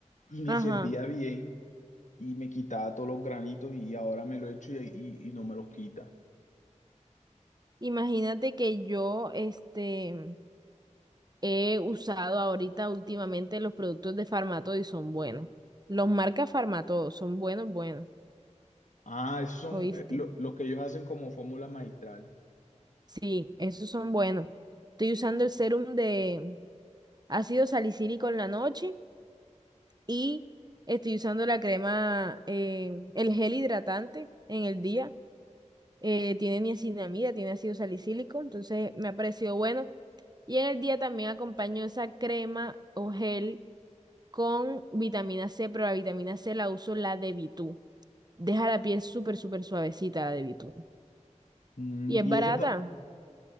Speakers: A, on the left (about 75°); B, on the right (about 35°).
A: y me
B: Ajá.
A: servía bien y me quitaba todos los granitos y ahora me lo echo y, y- y no me los quita.
B: Imagínate que yo, este, he usado ahorita últimamente los productos de Farmatodo y son buenos. Los marcas Farmatodo son buenos, buenos.
A: Ah, esos son
B: ¿Oíste?
A: eh, lo- los que ellos hacen como fórmula maestral.
B: Sí, esos son buenos. Estoy usando el serum de ácido salicílico en la noche y estoy usando la crema, eh, el gel hidratante en el día. eh, tiene niacinamida, tiene ácido salicílico, entonces me ha parecido bueno. Y en el día también acompaño esa crema o gel con vitamina C, pero la vitamina C la uso la de Vitú. Deja la piel súper, súper suavecita la de Vitú.
A: Mm,
B: ¿Y es
A: y
B: barata?
A: esa ta-